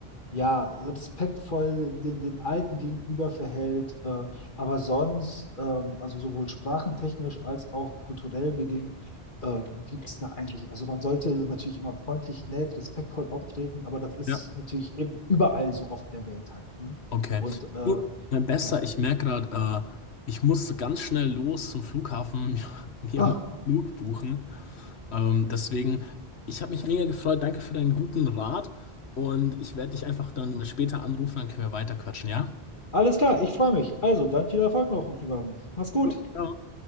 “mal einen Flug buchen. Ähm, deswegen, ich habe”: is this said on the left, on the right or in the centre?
Left